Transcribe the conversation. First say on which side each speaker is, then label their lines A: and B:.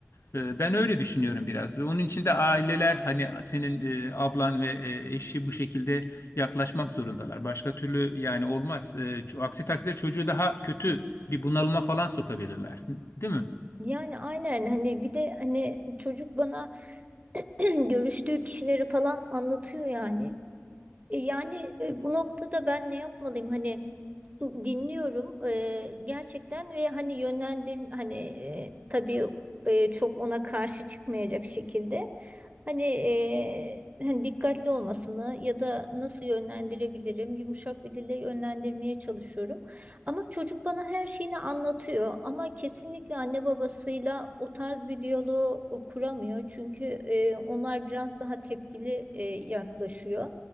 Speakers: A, on the left; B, on the right.
A: Ee, Ben öyle düşünüyorum biraz ve onun için de aileler hani senin e, ablan ve e, eşi bu şekilde yaklaşmak zorundalar. Başka türlü yani olmaz. E, ço- aksi takdirde çocuğu daha kötü bir bunalıma falan sokabilirler. Değil mi?
B: Yani aynen hani bir de hani çocuk bana <clears throat> görüştüğü kişileri falan anlatıyor yani. E, yani e, bu noktada ben ne yapmalıyım hani dinliyorum eee, gerçekten ve hani yönlendir hani eee, tabii eee, çok ona karşı çıkmayacak şekilde hani eee, hani dikkatli olmasını ya da nasıl yönlendirebilirim yumuşak bir dille yönlendirmeye çalışıyorum ama çocuk bana her şeyini anlatıyor ama kesinlikle anne babasıyla o tarz bir diyaloğu kuramıyor çünkü eee, onlar biraz daha tepkili eee, yaklaşıyor.